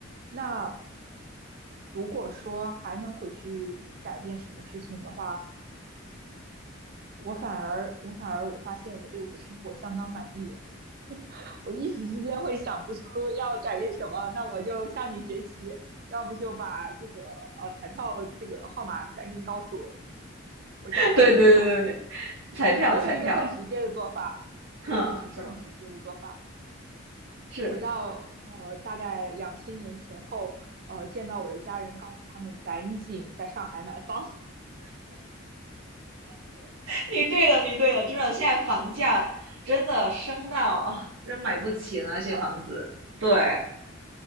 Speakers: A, on the right; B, on the right.
A: 那如果说还能回去改变什么事情的话，我反而我反而我发现我对我的生活相当满意，我一时之间会想不出要改变什么，那我就向你学习，要不就把这个呃彩票这个号码赶紧告诉我家里人。
B: <laughs> 对对对，
A: 哦，
B: 对彩票彩票，
A: 我有一个更直接的做法，
B: 哼，
A: 我有一个直更直接的做法，
B: 是吗？是。
A: 回到呃大概两千年前后，呃见到我的家人，告诉他们赶紧在上海买房。
B: 你对了，你对了，真的，现在房价真的升到啊，真买不起那些房子。
A: <laughs>
B: 对，